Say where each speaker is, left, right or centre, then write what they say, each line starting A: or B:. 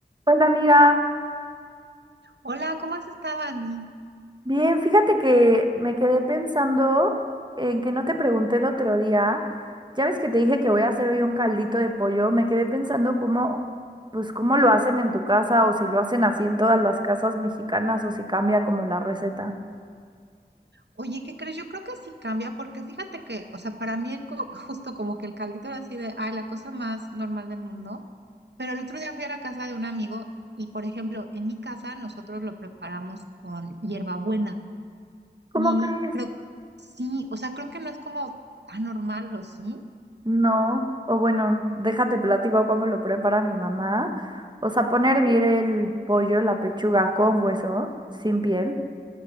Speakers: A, on the right; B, on the right.
A: Hola amiga,
B: Hola, ¿cómo has estado, Ani?
A: bien, fíjate que me quedé pensando en que no te pregunté el otro día, ya ves que te dije que voy a hacer hoy un caldito de pollo, me quedé pensando cómo, pues cómo lo hacen en tu casa o si lo hacen así en todas las casas mexicanas o si cambia como la receta.
B: Oye, ¿qué crees? Yo creo que sí cambia, porque fíjate que, o sea, para mí, co- <laughs> justo como que el caldito era así de, ay, la cosa más normal del mundo. Pero el otro día fui a la casa de un amigo y, por ejemplo, en mi casa nosotros lo preparamos con hierbabuena.
A: ¿Cómo
B: Y
A: crees?
B: creo, sí, o sea, creo que no es como tan normal, ¿o sí?
A: No, o bueno, déjate platico cómo lo prepara mi mamá. O sea, pone a hervir el pollo, la pechuga con hueso, sin piel.